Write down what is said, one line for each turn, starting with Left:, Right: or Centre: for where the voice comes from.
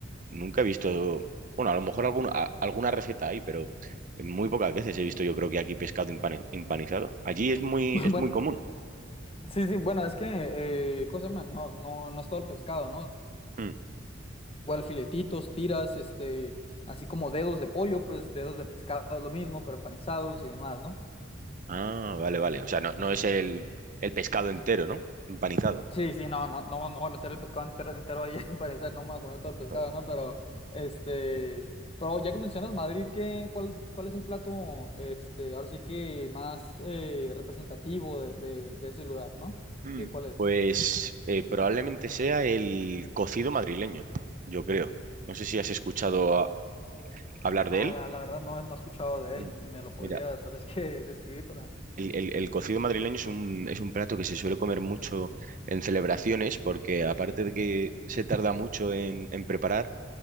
Right: nunca he visto, bueno, a lo mejor algún- a- alguna receta hay, pero muy pocas veces he visto yo creo que aquí pescado empani- empanizado. Allí es muy,
Left: Bueno,
Right: es muy común.
Left: sí, sí, bueno, es que, eh, cosa, man, no, no, no es todo el pescado, ¿no?
Right: Mm.
Left: Igual filetitos, tiras, este, así como dedos de pollo, pues dedos de pescado es lo mismo, pero empanizados y demás, ¿no?
Right: Ah, vale, vale. O sea, no, no es el, el pescado entero, ¿no? Empanizado.
Left: Sí, sí, no, no, no, no voy a meter el pescado entero, entero ahí, <laughs> para no me voy a comer todo el pescado,
Right: Vale.
Left: ¿no? Pero, este, pero ya que mencionas Madrid, ¿qué, cuál, cuál es el plato, este, ahora sí que más eh, representativo de, de, de ese lugar, ¿no?
Right: Mm,
Left: ¿Qué, cuál es?
Right: Pues eh, probablemente sea el cocido madrileño, yo creo. No sé si has escuchado a-
Left: No,
Right: hablar de él.
Left: la, la verdad no, no he escuchado de
Right: Mm,
Left: él. ¿Me lo podrías,
Right: Mira,
Left: sabes qué, <laughs> describir para...?
Right: el, el- el cocido madrileño es un, es un plato que se suele comer mucho en celebraciones porque aparte de que se tarda mucho en en preparar,